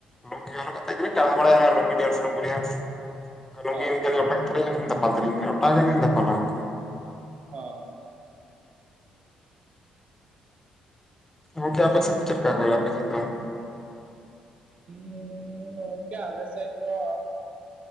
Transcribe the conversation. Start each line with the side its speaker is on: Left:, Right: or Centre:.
Left: ᱞᱩᱝᱜᱤ ᱦᱚᱨᱚᱜ ᱠᱟᱛᱮᱫ ᱜᱮ ᱵᱤᱱ ᱫᱟᱲᱟ ᱵᱟᱲᱟᱭᱟ ᱦᱟᱜ ᱞᱩᱝᱜᱤ ᱰᱮᱱᱥ ᱞᱩᱝᱜᱤ ᱰᱮᱱᱥ ᱚᱱᱠᱟ ᱞᱩᱝᱜᱤ
Right: ᱫᱚ ᱚ
Left: ᱚᱴᱟᱜ ᱠᱟᱛᱮ <inaudible> ᱫᱟᱯᱟᱞ ᱛᱟᱵᱤᱱ ᱚᱴᱟᱜ ᱜᱮᱧ ᱫᱟᱯᱞᱟ ᱚᱱᱠᱟ᱾
Right: ᱚ
Left: ᱜᱚᱝᱠᱮ ᱟᱯᱮᱥᱮᱫ ᱪᱚᱫᱠᱟ ᱠᱚ ᱟᱯᱮ ᱥᱮᱫ ᱫᱚ
Right: ᱦᱩᱸ ᱜᱚᱝᱠᱮ ᱟᱞᱥ ᱤ ᱫᱚ